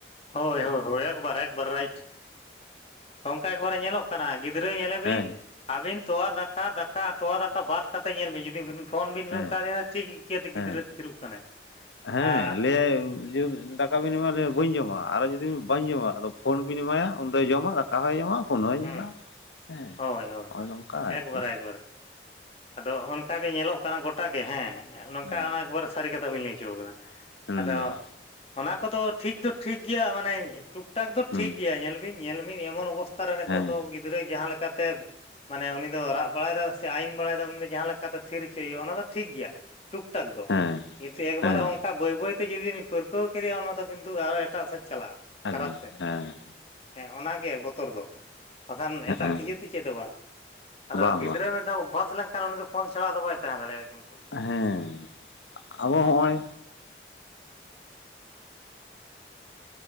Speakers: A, on the left (about 35°); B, on the left (about 80°).
A: ᱦᱳᱭ ᱦᱳᱭ ᱦᱳᱭ ᱮᱠ ᱵᱟᱨᱮ ᱮᱠ ᱵᱟᱨᱮ ᱨᱟᱭᱤᱴ᱾ ᱚᱝᱠᱟ ᱮᱠᱵᱟᱨᱮ ᱧᱮᱞᱚᱜ ᱠᱟᱱᱟ ᱜᱤᱫᱽᱨᱟᱹ ᱧᱮᱞᱮ ᱵᱤᱱ
B: ᱦᱮᱸ
A: ᱟᱹᱵᱤᱱ ᱛᱚᱣᱟ ᱫᱟᱠᱟ ᱫᱟᱠᱟ ᱛᱚᱣᱟ ᱫᱟᱠᱟ ᱵᱟᱫ ᱠᱟᱛᱮ ᱧᱮᱞ ᱵᱤᱱ ᱡᱩᱫᱤ ᱵᱤᱱ ᱯᱷᱳᱱ ᱵᱤᱱ
B: ᱦᱮᱸ
A: <unintelligible> ᱴᱷᱤᱠ ᱤᱠᱟᱹᱛᱮ ᱜᱤᱫᱽᱨᱟᱹ
B: ᱦᱮᱸ
A: ᱛᱷᱤᱨᱚᱜ ᱠᱟᱱᱟᱭ᱾
B: ᱦᱮᱸ
A: ᱟᱨ
B: ᱞᱟᱹᱭᱟᱭ <inaudible> ᱫᱟᱠ ᱠᱟ ᱵᱤᱱ ᱮᱢᱟ ᱫᱮᱭᱟ ᱵᱟᱹᱧ ᱡᱚᱢᱟ ᱟᱨᱚ ᱡᱩᱫᱤᱢ ᱵᱟᱹᱧ ᱡᱚᱢᱟ ᱟᱫᱚ ᱯᱷᱳᱱ ᱵᱤᱱ ᱮᱢᱟᱭᱟ ᱩᱱᱫᱚᱭ ᱡᱚᱢᱟ ᱠᱟ ᱦᱚᱸᱭ ᱡᱟᱢᱟ ᱯᱷᱳᱱ ᱦᱚᱣ
A: ᱦᱩᱸ
B: ᱧᱮᱞᱟ ᱦᱮᱸ
A: ᱦᱳᱭ ᱦᱳᱭ
B: ᱦᱚᱸᱭ
A: ᱦᱳᱭ
B: ᱱᱚᱝᱠᱟ ᱟᱨᱠᱤ᱾
A: ᱮᱠᱵᱟᱨᱮ ᱮᱠᱵᱟᱨᱮ ᱟᱫᱚ ᱚᱱᱠᱟ ᱜᱮ ᱧᱮᱞᱚᱜ ᱠᱟᱱᱟ ᱜᱚᱴᱟ ᱜᱮ ᱦᱮᱸ ᱱᱚᱝᱠᱟ
B: ᱦᱮᱸ
A: ᱚᱱᱟ ᱮᱠᱵᱟᱨᱮ ᱥᱟᱹᱨᱤ ᱠᱟᱛᱷᱟ ᱵᱤᱱ ᱞᱟᱹᱭ ᱦᱚᱪᱚ ᱠᱟᱫᱟ᱾
B: ᱦᱩᱸ
A: ᱟᱫᱚ ᱚᱱᱟ ᱠᱚᱫᱚ ᱴᱷᱤᱠ ᱫᱚ ᱴᱷᱤᱠ ᱜᱮᱭᱟ ᱢᱟᱱᱮ ᱮᱠᱴᱩᱠ ᱴᱟᱠ ᱫᱚ
B: ᱦᱩᱸ
A: ᱴᱷᱤᱠ ᱜᱮᱭᱟ ᱧᱮᱞ ᱵᱤᱱ ᱧᱮᱞ ᱢᱤᱱ ᱮᱢᱚᱱ ᱚᱵᱚᱥᱛᱷᱟ ᱨᱮ ᱱᱤᱛᱚᱜ
B: ᱦᱮᱸ
A: ᱫᱚ ᱜᱤᱫᱽᱨᱟᱹ ᱡᱟᱦᱟᱸ ᱞᱮᱠᱟᱛᱮ, ᱢᱟᱱᱮ ᱩᱱᱤ ᱫᱚ ᱨᱟᱜ ᱵᱟᱲᱟᱭᱮᱫᱟᱭ ᱥᱮ ᱟᱹᱭᱤᱱ ᱵᱟᱲᱟᱭᱮᱫᱟ ᱩᱱ ᱫᱚ ᱡᱟᱦᱟᱸ ᱞᱮᱠᱟᱛᱮ ᱛᱷᱤᱨ ᱦᱚᱪᱚᱭ ᱦᱳᱭᱳᱜᱼᱟ ᱚᱱᱟ ᱫᱚ ᱴᱷᱤᱠ ᱜᱮᱭᱟ, ᱴᱩᱠ ᱴᱟᱠ ᱫᱚ
B: ᱦᱮᱸ
A: ᱠᱤᱱᱛᱩ ᱮᱠᱵᱟᱨᱮ
B: ᱦᱮᱸ
A: ᱚᱝ ᱠᱟ ᱵᱟᱹᱭ ᱵᱟᱹᱭᱛᱮ ᱡᱩᱫᱤᱧ ᱯᱟᱹᱨᱠᱟᱹᱣ ᱠᱮᱫᱮᱭᱟ ᱚᱱᱟ ᱫᱚ ᱠᱤᱱᱛᱩ ᱟᱨᱚᱴᱟᱜ ᱥᱮᱫ ᱪᱟᱞᱟᱜᱼᱟ᱾
B: ᱟᱨᱮ
A: ᱠᱷᱟᱨᱟᱯ ᱥᱮᱫ
B: ᱦᱮᱸ
A: ᱦᱮᱸ ᱚᱱᱟᱜᱮ ᱵᱚᱛᱚᱨ ᱫᱚ᱾ ᱵᱟᱠᱷᱟᱱ ᱮᱴᱟᱜ
B: ᱦᱮᱸ
A: ᱠᱤᱪᱷᱩ ᱛᱮ ᱪᱮᱫ ᱦᱚᱸ ᱵᱟᱝ ᱟᱫᱚ
B: ᱵᱟᱝ
A: ᱜᱤᱫᱽᱨᱟᱹ
B: ᱵᱟᱝ
A: ᱢᱤᱫᱵᱷᱟᱳ ᱳᱵᱷᱟᱥ ᱞᱮᱱ ᱠᱷᱟᱱ ᱩᱱᱤ ᱫᱚ ᱯᱷᱳᱱ ᱪᱷᱟᱲᱟ ᱟᱫᱚ ᱵᱟᱭ ᱛᱟᱦᱮᱸ ᱫᱟᱲᱮᱭᱟᱜᱼᱟ ᱠᱤᱱᱛᱩ᱾
B: ᱦᱮᱸ ᱟᱵᱚ ᱦᱚᱜᱼᱚᱭ,